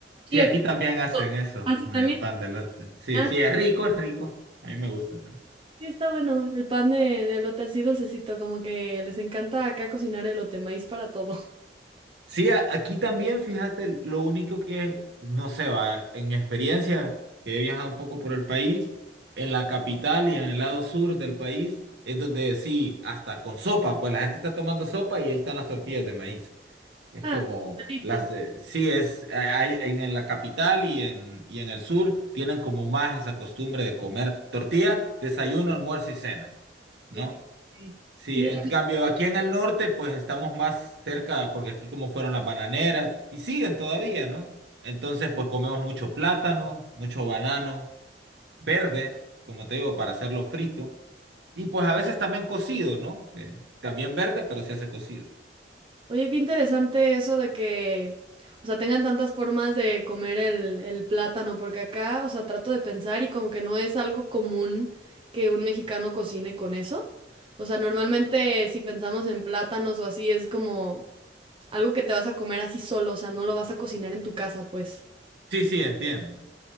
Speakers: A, on the right; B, on the right.
A: Sí,
B: Sí,
A: aquí.
B: aquí también hacen eso,
A: Así
B: el
A: también.
B: pan de elote. Sí,
A: Ah,
B: sí, es rico, es rico. A mí me gusta. también.
A: Sí, está bueno. El pan de, de elote así dulcecito, como que les encanta acá cocinar elote, maíz para todo.
B: Sí, a- aquí también, fíjate, lo único que, no sé, va, en mi experiencia, que he viajado un poco por el país, en la capital y en el lado sur del país, es donde sí, hasta con sopa, pues la gente está tomando sopa y ahí están las tortillas de maíz. Es
A: <laughs> ah,
B: como
A: palitos.
B: las eh, sí es eh, hay en, en la capital y en y en el sur tienen como más esa costumbre de comer tortilla, desayuno, almuerzo y cena, ¿no?
A: Ok.
B: Sí,
A: Sí.
B: en cambio aquí en el norte pues estamos más cerca porque aquí como fueron las bananeras y siguen todavía, ¿no? Entonces pues comemos mucho plátano, mucho banano verde, como te digo, para hacerlo frito y pues a veces también cocido, ¿no? Eh, también verde, pero se hace cocido.
A: Oye, qué interesante eso de que, o sea, tengan tantas formas de comer el, el plátano, porque acá, o sea, trato de pensar y como que no es algo común que un mexicano cocine con eso. O sea, normalmente si pensamos en plátanos o así, es como Algo que te vas a comer así solo, o sea, no lo vas a cocinar en tu casa, pues.
B: Sí, sí, entiendo.